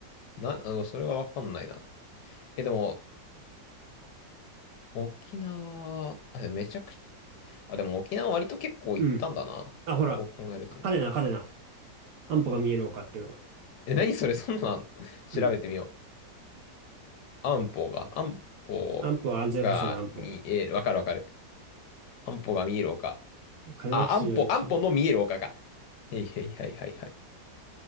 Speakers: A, on the left; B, on the right.
A: う。な、あの、それがわかんないな。え、でも、沖縄、あ、めちゃくちゃ、あ、でも沖縄割と結構行ったんだな。
B: うん。あ、ほら、
A: こう考えると。
B: カデナ、カデナ。安保が見える丘っていうのが。
A: え、何それ、<laughs> そんなのあんの <laughs> 調べてみよ
B: うん。
A: う。安保が、安保が見える。
B: 安保は安全保障の安保。
A: わかるわかる。安保が見える丘。
B: 嘉手納基地の一部。
A: あ、安保、安保の見える丘か。へいへいはいはいはい。